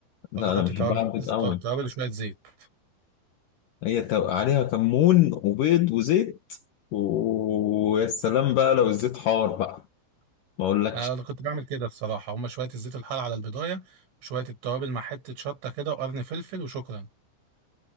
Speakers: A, on the left; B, on the right.
A: لا
B: ولا احط
A: أنا بحبها
B: توابل
A: على البيض
B: بس
A: أوي
B: تو- توابل وشويه زيت
A: هي تو- عليها كمون وبيض وزيت و- ويا سلام بقى لو الزيت حار بقى ما أقولكش
B: انا كنت بعمل كده الصراحه هما شويه الزيت الحار على البدايه وشويه التوابل مع حته شطه كده وقرن فلفل وشكرا